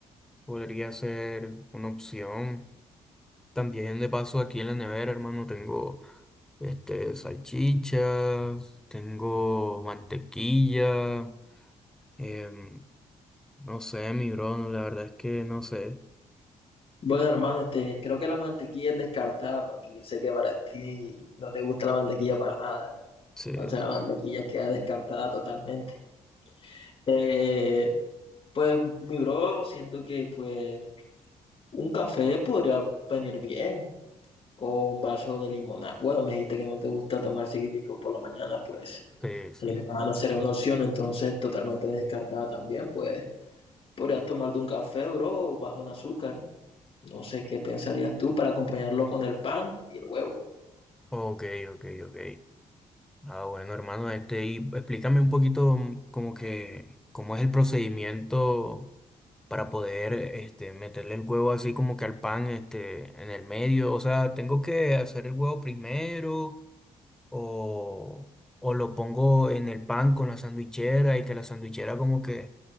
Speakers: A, in the centre; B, on the left.
A: podría ser una opción. También de paso aquí en la nevera, hermano, tengo este, salchichas, tengo mantequilla, em, no sé, mi bro, no, la verdad es que no sé.
B: bueno, hermano, este, creo que la mantequilla es descartada porque yo sé que para ti no te gusta la mantequilla para nada.
A: Sí,
B: Entonces
A: sí,
B: la mantequilla queda descartada totalmente. Eh, Pues mi bro, siento que pues un café podría venir bien o un vaso de limonada. Bueno, me dijiste que no te gusta tomar cítrico por la mañana, pues
A: sí. sí.
B: la limonada no será una opción, entonces totalmente descartada también, pues podrías tomarte un café, bro, bajo en azúcar. No sé qué pensarías tú para acompañarlo con el pan y el huevo.
A: Ok, ok, ok. Ah, bueno, hermano, este, y explícame un poquito mm, como que cómo es el procedimiento para poder este, meterle el huevo así como que al pan este, en el medio. O sea, ¿tengo que hacer el huevo primero o, o lo pongo en el pan con la sandwichera y que la sandwichera como que